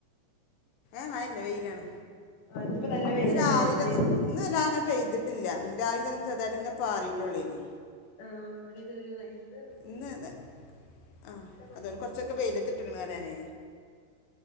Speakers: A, on the left; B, on the left.
A: ഇന്ന് മഴല്ല വെയ്ലാണ്
B: ഇന്ന്പ്പോ നല്ല വെയിലാല്ലേ
A: ഇന്ന് രാവിലെ
B: ഇന്ന്
A: ന്ന് ഇന്ന് രാ ങ്ങനെ പെയ്ത് ട്ട്ല്ല ഉം രാവി ലെ <unintelligible> ഇങ്ങ പാറീട്ടുള്ളേനി
B: ആ <unintelligible>
A: ഇന്ന്ന്ന് ആ
B: മഴയായിരുന്നു
A: അതെ കൊറച്ചൊക്കെ ബേയ്ലത്തിട്ട്ക്കണ് അറിയാണെ